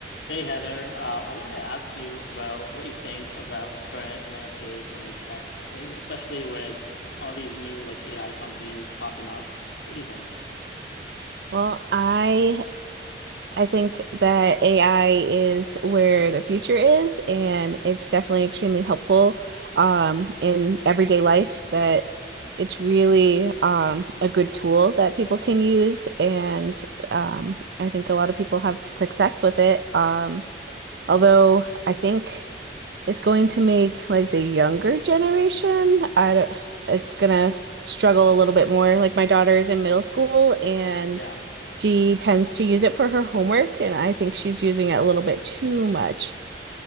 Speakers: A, on the left; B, on the right.
A: Hey Heather, uh, I wanted to ask you about what you think about the current landscape in tech, like especially with all these new like AI companies popping up. What do you think?
B: Well, I I think that AI is where the future is, and it's definitely extremely helpful um, in everyday life. That it's really um, a good tool that people can use, and um, I think a lot of people have success with it. Um, although I think it's going to make like the younger generation, I don't, it's gonna struggle a little bit more. Like my daughter is in middle school and
A: Yeah,
B: she tends to use it for her homework, and I think she's using it a little bit too much.